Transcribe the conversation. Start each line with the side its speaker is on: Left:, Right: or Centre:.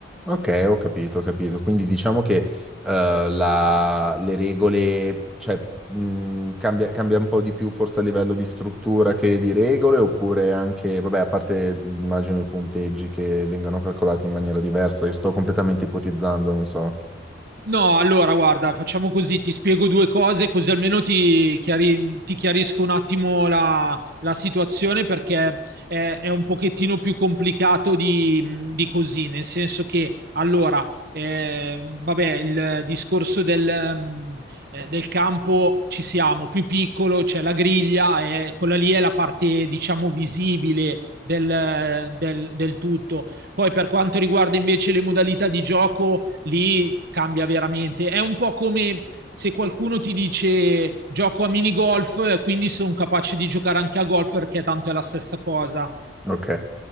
Centre: Ok, ho capito, ho capito. Quindi diciamo che eh, la- le regole, cioè, mh, cambia, cambia un po' di più forse a livello di struttura che di regole, oppure anche, vabbè, a parte immagino i punteggi che vengano calcolati in maniera diversa, io sto completamente ipotizzando, non so.
Right: No, allora guarda, facciamo così, ti spiego due cose così almeno ti, chiari- ti chiarisco un attimo la, la situazione perché è, è un pochettino più complicato di, di così, nel senso che allora, eh, vabbè, il discorso del, mm, eh, del campo ci siamo, più piccolo, c'è la griglia, eh, quella lì è la parte diciamo visibile del del- del tutto. Poi per quanto riguarda invece le modalità di gioco, lì cambia veramente. È un po' come se qualcuno ti dice gioco a minigolf, quindi sono capace di giocare anche a golf perché tanto è la stessa cosa.
Centre: Ok,